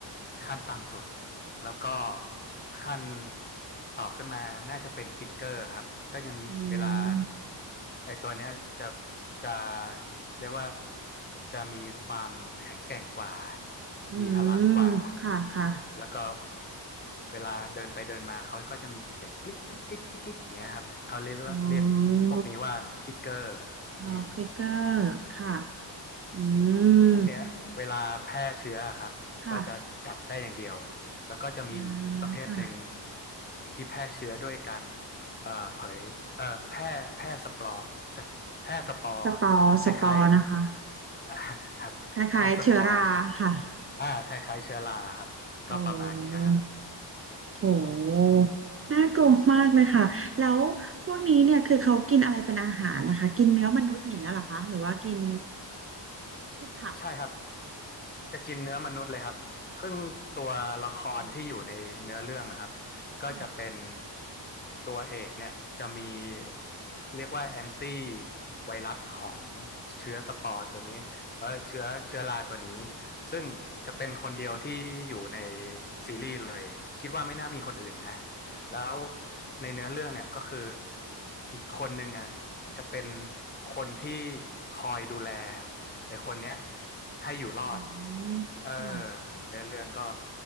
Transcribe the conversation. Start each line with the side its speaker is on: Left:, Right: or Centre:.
Left: ขั้นต่ำสุด แล้วก็ขั้นต่อขึ้นมาน่าจะเป็นคิกเกอร์ครับก็จะมีเวลา
Right: อืม
Left: ไอ้ตัวเนี้ยจะจะเรียกว่าจะมีความแข็งแกร่งกว่า
Right: อื
Left: มีพลังกว่า
Right: มค่ะค่ะ
Left: แล้วก็เวลาเดินไปเดินมาเขาก็จะมีเสียงกลิ๊กกิ๊กกิ๊กกิ๊กอย่างเงี้ยครับเขาเรียกว่าเรียกพวกนี้ว่าคิกเกอร์อืม
Right: อ๋ออ๋อคลิกเกอร์ค่ะอืม
Left: พวกเนี้ยเวลาแพร่เชื้ออะครับก็จะกัดได้อย่างเดียว
Right: ค่ะ
Left: แล้วก็จะมีอีกประเภทหนึ่ง
Right: อ่าค่ะ
Left: ที่แพร่เชื้อด้วยการเอ่อเผยเอ่อแพร่แพร่สปอร์แพร่สปอร์
Right: สปอร์สปอร์นะคะ
Left: คล้ายๆ <laughs> อ่าครับแพร่สปอร์
Right: คล้ายๆเชื้อราค่ะ
Left: อ่าคล้ายๆเชื้อราครับก็ประมาณเนี้ยครับ
Right: อ๋อโห น่ากลัวมากเลยค่ะ แล้วพวกนี้เนี่ยคือเขากินอะไรเป็นอาหารนะคะ กินเนื้อมนุษย์อย่างเงี้ยเหรอคะหรือว่ากินพืชผัก
Left: ใช่ครับจะกินเนื้อมนุษย์เลยครับซึ่งตัวละครที่อยู่ในเนื้อเรื่องอะครับ
Right: อืม
Left: ก็จะเป็น
Right: ค่
Left: ตัวเอกเนี่ยจะมีเรียกว่าแอนตี้ไวรัสของเชื้อสปอร์ตัวนี้เออเชื้อเชื้อราตัวนี้ซึ่งจะเป็นคนเดียวที่อยู่ใน
Right: ะ
Left: ซีรีส์เลยคิดว่าไม่น่ามีคนอื่นนะแล้ว ในเนื้อเรื่องอ่ะก็คืออีกคนหนึงอ่ะจะเป็นคนที่คอยดูแลไอ้คนเนี้ยให้อยู่รอด
Right: อืมค่ะ
Left: เออเนื้อเรื่องก็